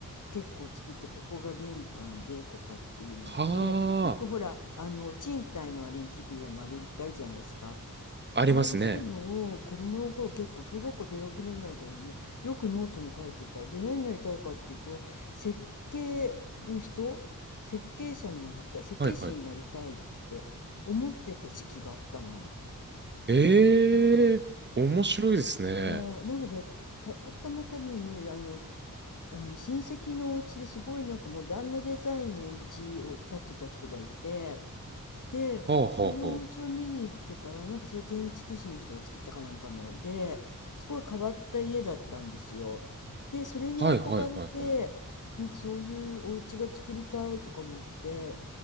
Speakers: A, on the left; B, on the right.
A: 結構作ってここが玄関でとかっていうのってよくほらあの賃貸のあれに出てくるような間取りってあるじゃないですか。
B: はあ、ありますね。
A: ああいうのを子供の頃結構小学校低学年ぐらいの頃にねよくノートに書いてた。で何になりたいかっていうと設計の人設計者になりたい設計士になりたいって思ってた時期があったな。
B: はいはい。ええ面白いですね。
A: うん。はい。なんかねたまたま多分ねあの、あの親戚のお家ですごいなんかモダンなデザインのお家を建てた人がいて。で、
B: はあはあは
A: そのお家を見に行ってから、なんかそれ建築士の人が作ったかなんかので、すごい変わった家だったんですよ。で、それに憧れて、
B: あ。はいはいはいはい。
A: なんかそういうお家が作りたいとか思って、